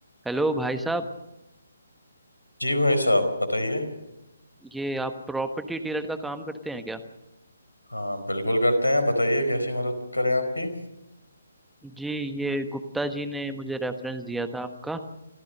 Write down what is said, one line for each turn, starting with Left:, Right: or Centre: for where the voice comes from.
Centre: Hello भाई साहब
Left: जी भाई साहब बताइए
Centre: ये आप प्रॉपर्टी डीलर का काम करते हैं क्या
Left: हाँ बिल्कुल करते हैं बताइए कैसी मदद करें आपकी
Centre: जी ये गुप्ता जी ने मुझे रेफरेंस दिया था आपका